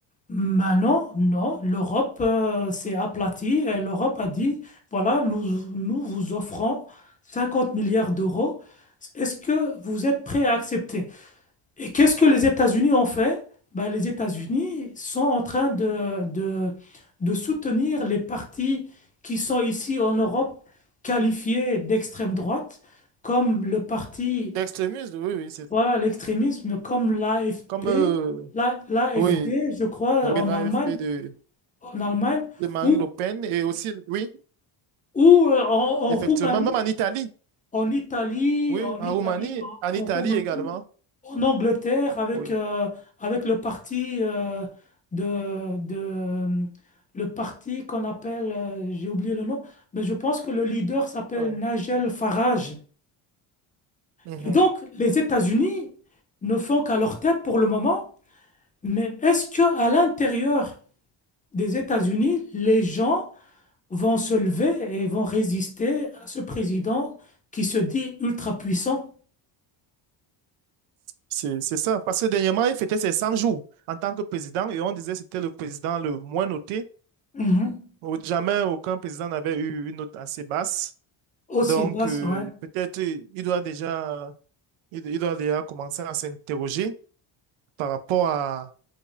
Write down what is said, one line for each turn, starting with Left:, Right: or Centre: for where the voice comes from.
Left: Maintenant, non, l'Europe euh, s'est aplatie et l'Europe a dit, voilà, nous, nous vous offrons 50 milliards d'euros. Est-ce que vous êtes prêts à accepter? Et qu'est-ce que les États-Unis ont fait? Ben, les États-Unis sont en train de, de, de soutenir les partis qui sont ici en Europe qualifiés d'extrême droite, comme le parti,
Right: D'extrémisme, oui, oui, c'est ça.
Left: voilà, l'extrémisme, comme l'AFP,
Right: Comme, euh,
Left: la, l'AFD,
Right: oui,
Left: je crois,
Right: oui,
Left: en
Right: l'AFP
Left: Allemagne,
Right: de,
Left: en Allemagne,
Right: de Marine
Left: ou,
Right: Le Pen et aussi, oui,
Left: ou euh, en, en
Right: effectivement,
Left: Roumanie,
Right: même en Italie,
Left: en Italie,
Right: oui,
Left: en
Right: en
Left: Italie,
Right: Roumanie,
Left: en
Right: en
Left: en
Right: Italie
Left: Roumanie.
Right: également,
Left: en Angleterre avec,
Right: oui.
Left: euh, avec le parti euh, de, de le parti qu'on appelle, euh, j'ai oublié le nom, mais je pense que le leader s'appelle
Right: Oh,
Left: Nigel Farage.
Right: mhm.
Left: Et donc, les États-Unis ne font qu'à leur tête pour le moment, mais est-ce que à l'intérieur des États-Unis, les gens vont se lever et vont résister à ce président qui se dit ultra puissant?
Right: C'est, c'est ça. Parce que dernièrement, il fêtait ses 100 jours en tant que président et on disait que c'était le président le moins noté.
Left: Mhm.
Right: Au- Jamais aucun président n'avait eu une note assez basse.
Left: Aussi
Right: Donc,
Left: basse,
Right: euh,
Left: ouais,
Right: peut-être euh, il doit déjà, il il doit déjà commencer à s'interroger par rapport à